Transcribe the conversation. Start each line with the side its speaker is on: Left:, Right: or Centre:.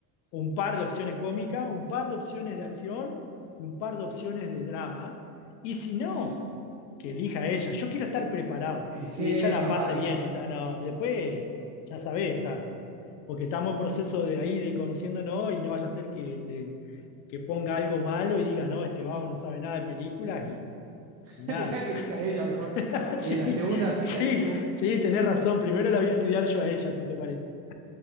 Left: un par de opciones cómicas, un par de opciones de acción y un par de opciones de drama. Y si no,
Right: Sí.
Left: que elija ella. Yo quiero estar preparado
Right: Eh,
Left: y
Right: sí,
Left: que ella la
Right: más
Left: pase
Right: vale.
Left: bien. O sea, no, después ya sabés, o sea, porque estamos en proceso de ahí, de conociéndonos y no vaya a ser que le que ponga algo malo y diga, no, este vago no sabe nada de películas y,
Right: <laughs>
Left: y nada.
Right: Dejá que elija ella mejor.
Left: <laughs>
Right: Y
Left: Sí,
Right: en la segunda cita
Left: sí,
Right: elegí vos.
Left: sí, tenés razón. Primero la voy a estudiar yo a ella, si te parece.